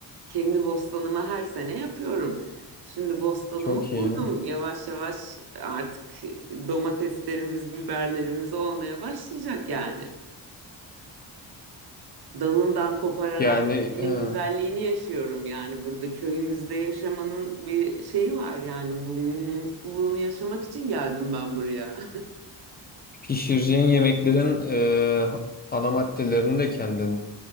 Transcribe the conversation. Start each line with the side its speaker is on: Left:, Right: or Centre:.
Right: Kendi bostanımı her sene yapıyorum. Şimdi bostanımı
Left: Çok iyi.
Right: kurdum. Yavaş yavaş artık domateslerimiz, biberlerimiz olmaya başlayacak yani dalından kopararak
Left: Yani
Right: yemenin
Left: he,
Right: güzelliğini yaşıyorum yani burada köyümüzde yaşamanın bir şeyi var yani bu mutluluğunu yaşamak için geldim ben buraya. <laughs>
Left: pişireceğin yemeklerin e, ana maddelerini de kendin